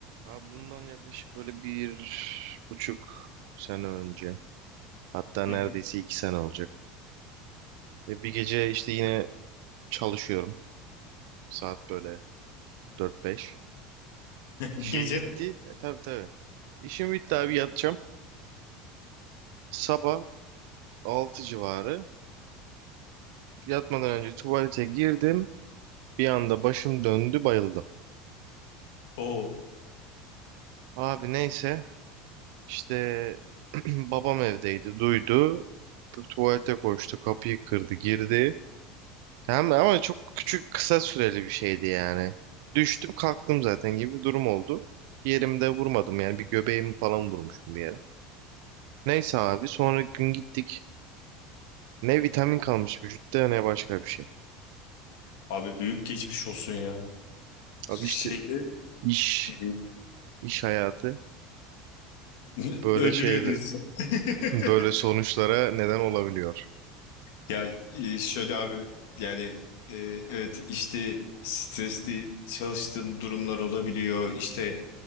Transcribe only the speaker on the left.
<laughs>
Gece
mi?
Oo.
Abi büyük geçmiş olsun ya. Şeyde
e,
<laughs>
öldürüyor
diyorsun. <laughs>
Ya e, şöyle abi yani e, evet işte stresli çalıştığın durumlar olabiliyor. İşte